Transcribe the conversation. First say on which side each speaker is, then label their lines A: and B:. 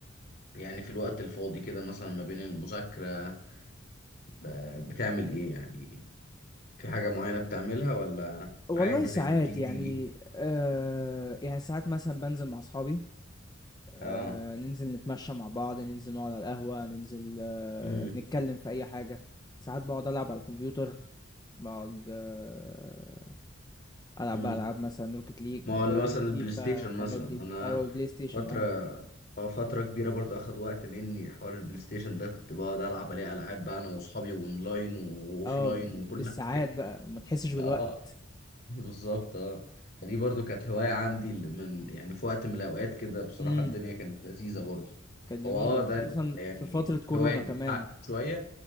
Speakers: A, on the left (about 50°); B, on the left (about 20°).
A: يعني في الوقت الفاضي كده مثلا ما بين المذاكرة ب- بتعمل ايه يعني في حاجة معينة بتعملها ولا
B: والله
A: عادي
B: ساعات
A: زي ما بتيجي
B: يعني
A: تيجي
B: آه يعني ساعات مثلا بنزل مع اصحابي آه
A: اه
B: ننزل نتمشى مع بعض ننزل نقعد على القهوة ننزل آه
A: امم
B: نتكلم في اي حاجة ساعات بقعد العب على الكمبيوتر بقعد آه العب
A: امم
B: بقى العاب مثلا روكيت ليج
A: ما هو اللي
B: آه
A: مثلا البلاي
B: فيفا
A: ستيشن
B: الحاجات
A: مثلا
B: دي
A: انا
B: او بلاي ستيشن
A: فترة
B: اه
A: اه فترة كبيرة برضو اخد وقت مني حوار البلاي ستيشن ده كنت بقعد العب عليه العاب بقى انا واصحابي اونلاين واوفلاين
B: اه بالساعات
A: وكل حاجة
B: بقى ما تحسش بالوقت
A: اه بالظبط اه فدي برضو كانت هواية عندي اللي من يعني في وقت من الاوقات كده بصراحة
B: مم.
A: الدنيا كانت لذيذة برضو
B: كانت جميلة
A: هو اه
B: وخصوصا
A: ده ال-
B: في
A: الهواية
B: فترة كورونا
A: دي
B: كمان
A: بتاعت شوية